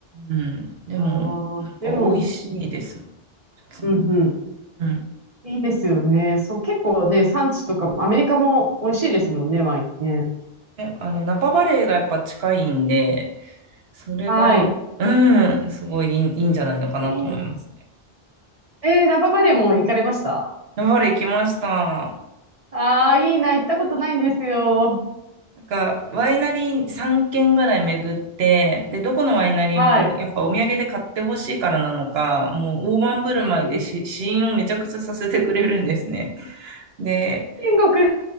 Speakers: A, on the right; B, on the right.
A: うん。でも、
B: ああ、
A: なんか美味しいです、
B: でも、いい。
A: 普通に。
B: うんうん。
A: うん。
B: いいですよね。そう、結構ね、産地とかも、アメリカも美味しいですもんね、ワインね。
A: え、あの、ナパバレーがやっぱ近いんで、それが、
B: はい。
A: うん、すごいいいいいんじゃないのかなと思いますね。
B: いいな。えー、ナパバレーも行かれました
A: 山原行きました。
B: ああー、いいな。行ったことないんですよ。
A: なんか、ワイナリー3軒ぐらい巡って、で、どこのワイナリーもやっぱお土産で買ってほしいからなのか、
B: はい。う
A: もう大盤振る舞いでし試飲をめちゃくちゃさせてくれるんですね。
B: ん
A: で、
B: 天国。